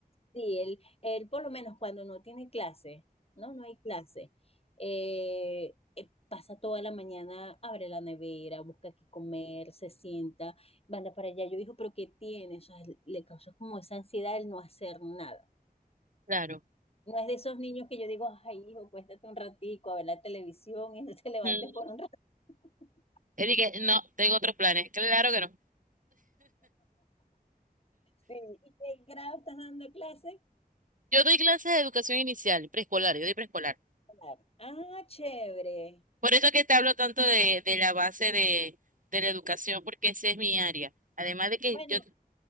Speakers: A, on the left (about 40°); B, on the right (about 55°).
A: Sí, él, él por lo menos cuando no tiene clase, ¿no? No hay clase. eh, eh, pasa toda la mañana, abre la nevera, busca qué comer, se sienta, manda para allá. Yo digo, pero ¿qué tiene? O sea, le causa como esa ansiedad el no hacer nada.
B: Claro.
A: No es de esos niños que yo digo, ay, hijo, cuéstate un ratico a ver la televisión y no te <laughs> levantes
B: Mm.
A: por un rato. <laughs>
B: Él dice, no, tengo otros planes. Claro que no.
A: Sí, ¿y qué grado estás dando clase?
B: Yo doy clases de educación inicial, preescolar, yo doy preescolar.
A: Claro. Ah, chévere.
B: Por eso que te hablo tanto de, de la base de, de la educación, porque esa es mi área. Además de que
A: Bueno,
B: yo,